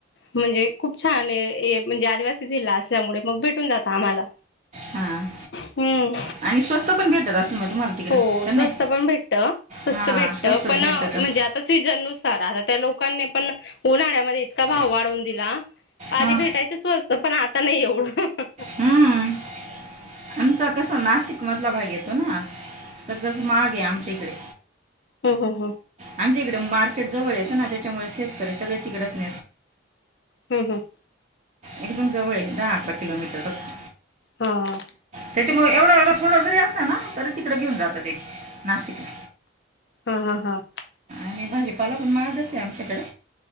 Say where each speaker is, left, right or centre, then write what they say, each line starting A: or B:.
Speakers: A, on the left (about 60°); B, on the right (about 35°).
A: म्हणजे खूप छान ये ये म्हणजे आदिवासी जिल्हा असल्यामुळे मग भेटून जात आम्हाला
B: हां
A: हम्म.
B: आणि स्वस्त पण भेटत असेल म तुम्हाला. तिकडे
A: हो
B: तर
A: स्वस्त
B: नाही
A: पण भेटत स्वस्त
B: हां
A: भेटत
B: स्वस्तच
A: पण
B: भेटतात
A: म्हणजे आता सीझन नुसार आता त्या लोकांनी पण उन्हाळ्यामध्ये इतका भाव वाढवून दिला पाारी
B: हां
A: भेटायच स्वस्त पण आता नाही एवढं.
B: हम्म. आमचा कसं नाशिक मधला भाग येतो ना तस माहाग आहे आमच्या इकडे.
A: हो हो हो.
B: आमच्या इकडे मार्केट जवळ येतं ना त्याच्यामुळे शेतकरी सगळे तिकडच ने
A: हम्म हम्म.
B: एकदम जवळ ये दहा अकरा किलोमीटर फक्त.
A: हा
B: त्यांच्यामुळ एवढा एवढा थोडा जरी असला ना तरी तिकडें घेऊन जातं ते नाशिकला.
A: हा हा हा.
B: आणि भाजीपाला पण महागच आहे आमच्याकडे.